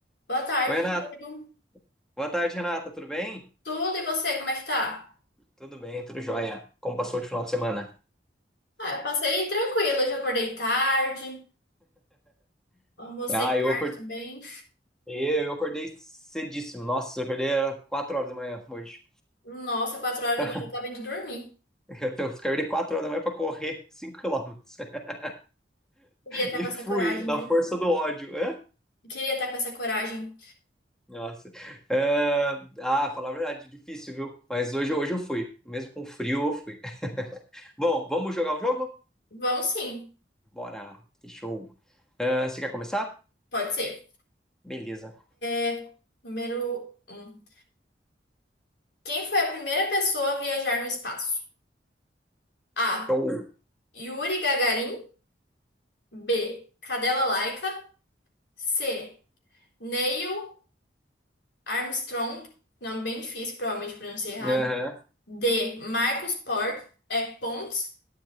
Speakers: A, on the left; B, in the centre.
A: Boa tarde,
B: Oi, Renata.
A: Diego.
B: Boa tarde, Renata. Tudo bem?
A: tudo e você, como é que tá?
B: Tudo bem, tudo jóia. Como passou o final de semana?
A: Ah, eu passei tranquilo, eu já acordei tarde, almocei
B: Ah, eu
A: tarde
B: acordei,
A: também.
B: eu acordei cedíssimo. Nossa, eu acordei às 4 horas da manhã hoje.
A: Nossa, quatro horas
B: <laughs>
A: da manhã eu tava indo dormir.
B: Eu tenho- acordei 4 horas da manhã para correr 5 quilômetros. <laughs>
A: Queria estar
B: E
A: com essa
B: fui
A: coragem,
B: na
A: viu?
B: força do ódio. né?
A: Queria estar com essa coragem.
B: Nossa. Ah, ah, falar a verdade, difícil, viu? Mas hoje, hoje eu fui. Mesmo com frio, eu fui. <laughs> Bom, vamos jogar o jogo?
A: Vamos sim,
B: Bora. Que show. Ah, você quer começar?
A: pode ser.
B: Beleza.
A: É, número um. Quem foi a primeira pessoa a viajar no espaço? A.
B: Show.
A: Yuri Gagarin. B. Cadela Laika. C. Neil Armstrong, nome bem difícil, provavelmente pronunciei errado.
B: Aham.
A: D. Marcos Port, é Pontes.